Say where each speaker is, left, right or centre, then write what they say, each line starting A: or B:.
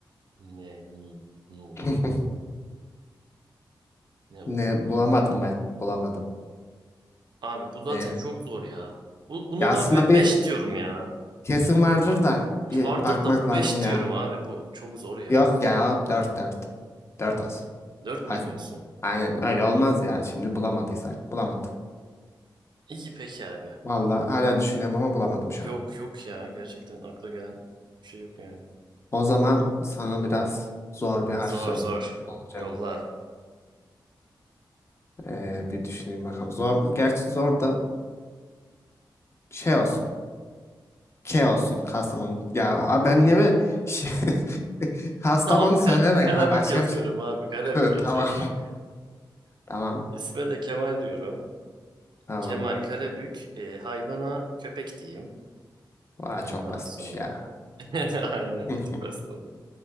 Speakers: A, on the right; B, on the left.
A: ne, ni, nu.
B: <laughs>
A: Ne olabilir
B: Ne bulamadım
A: abi?
B: ben. Bulamadım.
A: Abi bu zaten
B: Ne?
A: çok zor ya. Bu, bunu
B: Ya aslında
A: ben
B: bir
A: 5 diyorum ya.
B: Kesin vardır da
A: Ki
B: bir
A: Vardır
B: bakmak
A: da bu
B: lazım
A: 5
B: ya.
A: diyorum abi. Bu çok zor ya.
B: Yok ya o dört dört. Dört olsun.
A: dört
B: hak
A: mü diyorsun?
B: Aynen öyle olmaz ya. Şimdi bulamadıysak bulamadık.
A: İyi peki abi.
B: Vallahi hala düşünüyorum ama bulamadım şu
A: Yok
B: an.
A: yok ya. Gerçekten akla gelen bir şey yok yani.
B: O zaman sana biraz zor bir harf
A: Zor
B: söyleyeceğim.
A: zor. Yolla.
B: Ee, bir düşüneyim bakalım. Zor, gerçi zor da şey olsun. K olsun Kastamonu. Ya abi ben niye böyle şey... <laughs> Kastamonu
A: Tamam
B: söyleme
A: Ka-
B: ya.
A: Karabük
B: Başka
A: yazıyorum
B: bir şey.
A: abi. Karabük
B: <laughs>
A: yazıyorum
B: Tamam.
A: ya.
B: <laughs> Tamam.
A: İsme de Kemal diyorum.
B: Tamam.
A: Kemal Karabük. e, hayvana köpek diyeyim.
B: Vay
A: Ondan
B: çok basitmiş
A: sonra
B: ya.
A: <laughs> aynen
B: <laughs>
A: bitik pasta oldu.